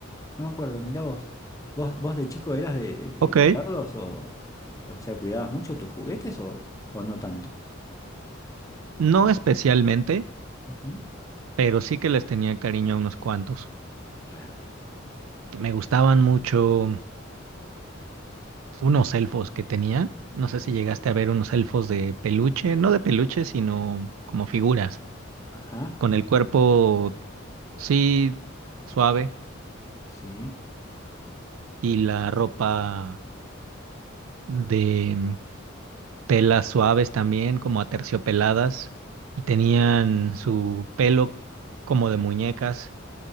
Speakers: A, on the left (about 15°); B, on the right (about 85°).
A: no me acuerdo, mirá vos. ¿Vos, vos de chico eras de, de-
B: Ok,
A: de cuidarlos o, o sea, cuidabas mucho tus juguetes o, o no tanto?
B: no especialmente,
A: Ujú.
B: pero sí que les tenía cariño a unos cuantos.
A: Claro.
B: Me gustaban mucho unos elfos que tenía. No sé si llegaste a ver unos elfos de peluche, no de peluche, sino como figuras,
A: Ajá,
B: con el cuerpo, sí, suave
A: sí.
B: y la ropa de telas suaves también, como aterciopeladas, y tenían su pelo como de muñecas,